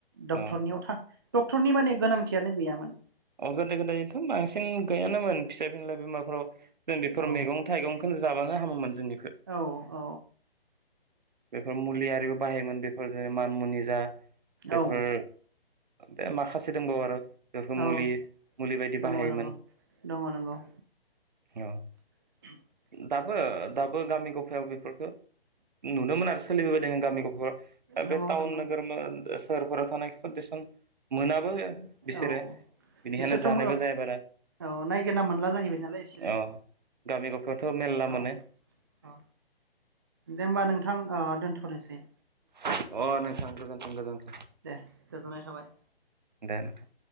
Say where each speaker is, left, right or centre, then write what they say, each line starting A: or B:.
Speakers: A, on the right; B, on the right.
A: डक्टरनियाव
B: अ
A: थां डक्टरनि माने गोनांथियानो गैयामोन
B: अ गोदो गोदायथ' बांसिन गैयानोमोन फिसा फिनला बिमारफोराव जों बेफोर
A: औ
B: मैगं थाइगंखौ ज जाबानो हामोमोन जोंनिखो
A: औ औ
B: बेफोर मुलि आर रिबो बाहायोमोन बेफोर जेरै मान मुनि जा बेफोर
A: औ
B: बे माखासे दंबावो आरो बेफोरखौ मुलि
A: औ
B: मुलि बायदि
A: दङ
B: बाहायोमोन
A: दङ दङ नंगौ
B: खिय
A: <inaudible>
B: दाबो दाबो गामि गफायाव बेफोरखो नुनो मोन आरो सोलिबोबायदङ गामि ग
A: नंगौ
B: बे तावन
A: नंगौ
B: नोगोर मो सहरफोराव थानाय टेसन मोनाबो बिसोरो
A: औ
B: बेनिखायनो
A: बिसोरथ' औ
B: जानायबो जाया बारा
A: औ नायगिर ना मोनला जाहैबायदि नालाय बिसोरो
B: अ गामि गफायावथ' मेरला मोनो
A: औ औ दे होमबा नोंथां ओ दोन्थ'नोसै
B: अ नोंथां गोजोनथों गोजोनथों
A: दे गोजोननाय थाबाय
B: दे नोंथां